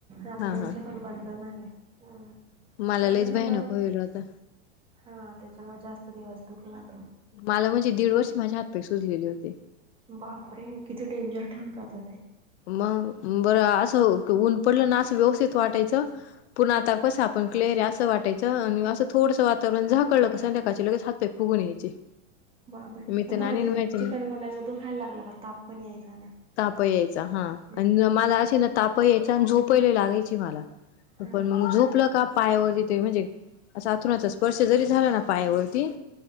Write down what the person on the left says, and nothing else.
हा
हा
मला
लईच
भयानक
होईल होता
मला म्हणजे दीड वर्ष माझ्या हातपैक्ष सुजलेले होते
मग बरं असं ऊन पडलं ना असं व्यवस्थित वाटायचं पूर्ण
आता कस आपण लेर्या असं वाटायचं आणि असं थोडसं वातावरण झाकळलं क संध्याकाळचे लगेच हात फुगून यायचे
मी तर नाणी
माहिती
ताप यायचा हा
आणि मला अे ना ताप यायच आणि झोपली लागायची मला
पण मग झोपलं का पायावरती त म्हणजे असा अथुणाचा स्पर्श जरी झाला ना पायावरती